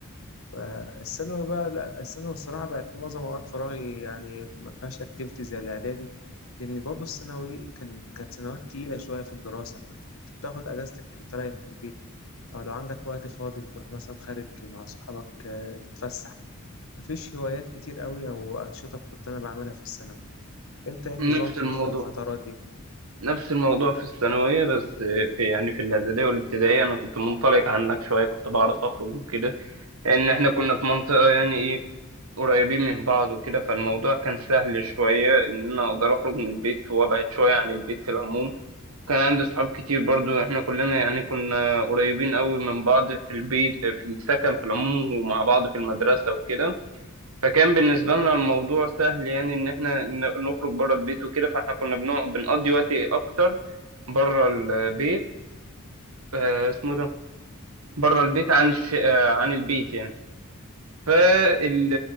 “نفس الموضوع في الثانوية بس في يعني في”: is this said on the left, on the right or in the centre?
Right